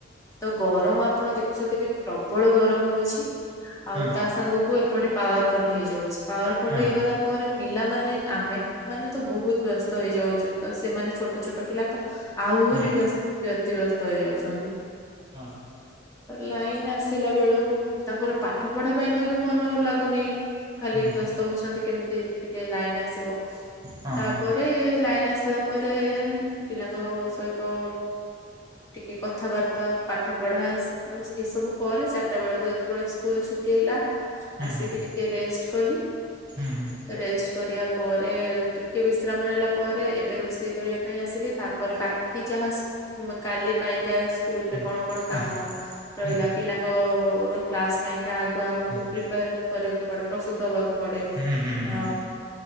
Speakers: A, on the left (about 15°); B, on the right (about 25°).
A: ତ ଗରମ ଆପଣ ଦେଖୁଛନ୍ତି ଏବେ ପ୍ରବଳ ଗରମ ହଉଛି। ଆଉ
B: ହୁଁ
A: ତା ସାଙ୍ଗ କୁ ଏପଟେ ପାୱାର କଟ ହେଇଯାଉଛି ପାୱାର କଟ
B: ହୁଁ
A: ହେଇଗଲା ପରେ ପିଲାମାନେ ଆମେ ମାନେ ତ ବହୁତ ବ୍ୟସ୍ତ ହେଇଯାଉଛୁ ତ ସେମାନେ ଛୋଟ ଛୋଟ ପିଲା ତ ଆହୁରି
B: ହୁଁ ହୁଁ।
A: ବ୍ୟସ୍ତ ବ୍ୟତିବ୍ୟସ୍ତ ହେଇଯାଉଛନ୍ତି
B: ହଁ
A: ଲାଇନ ଆସିଲା ବେଳକୁ ତାଙ୍କର ପାଠ ପଢା ପାଇଁକା ବି ମନ ଲାଗୁନି ଖାଲି
B: ହଁ
A: ବ୍ୟସ୍ତ ହଉଛନ୍ତି କେମିତି ଟିକେ ଲାଇନ ଆସିବ
B: ହଁ
A: ତାପରେ
B: ହଁ
A: ରେ ଲାଇନ ଆସିଲା ପରେ ପିଲାଙ୍କ ସହିତ ଟିକେ କଥାବାର୍ତ୍ତା ତ ପାଠ ପଢା ଏସବୁ ପରେ ଚାରିଟା ବେଳକୁ ଯେତେବେଳେ ସ୍କୁଲ ଛୁଟି ହେଲା
B: ହୁଁ
A: ଆସିକି
B: ହୁଁ ହୁଁ
A: ଟିକେ ରେଷ୍ଟ କଲି
B: ହୁଁ
A: ରେଷ୍ଟ କରିବା ପରେ ଟିକେ ବିଶ୍ରାମ ନେଲା ପରେ ଏବେ ରୋଷେଇ କରିବା ପାଇଁ ଆସିଲି ତାପରେ ବା କି ଯାହା ମ କାଲି ପାଏଙ୍ଗା ସ୍କୁଲରେ
B: ହୁଁ
A: କଣ କଣ
B: ହୁଁ।
A: କାମ ରହିଲା
B: ହୁଁ
A: ପିଲାଙ୍କ କ୍ଲାସ ପାଇଁକା ଆଗୁଆ ଆମକୁ
B: ହୁଁ
A: ପ୍ରିପେୟାର କରିବାକୁ ପଡେ ପ୍ରସ୍ତୁତ ହବାକୁ ପଡେ
B: ହୁଁ ହୁଁ
A: ଅ
B: ହୁଁ